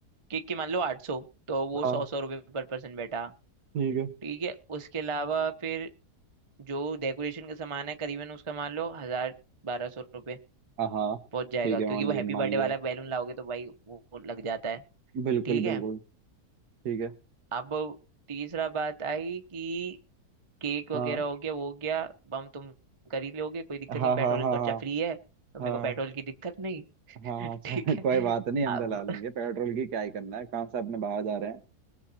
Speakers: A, on the right (about 20°); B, on the right (about 80°).
A: केक के मान लो आठ सौ तो वो
B: हाँ
A: सौ सौ रुपये पर पर्सन बैठा
B: ठीक है
A: ठीक है उसके अलावा फिर जो डेकोरेशन का सामान है करीबन उसका मान लो हजार बारह सौ रुपये
B: हाँ हाँ,
A: पहुंच जाएगा
B: ठीक है
A: क्योंकि
B: मान
A: वो हैप्पी
B: लिया मान
A: बर्थडे
B: लिया
A: वाला बैलून लाओगे तो भाई वो वो लग जाता है
B: बिल्कुल
A: ठीक है
B: बिल्कुल ठीक है
A: अब तीसरा बात आई कि केक वगैरह
B: हाँ
A: हो गया वो हो गया बम तुम कर ही लोगे कोई दिक्कत
B: हाँ
A: नहीं पेट्रोल
B: हाँ हाँ
A: का खर्चा
B: हाँ
A: फ्री है तो मेरे
B: हाँ
A: को पेट्रोल की दिक्कत नहीं
B: हाँ हाँ,
A: <laughs>
B: चल,
A: ठीक
B: <laughs> कोई
A: है
B: बात नहीं हम
A: अब
B: डला लेंगे पेट्रोल की क्या ही करना है काम से अपने बाहर जा रहे हैं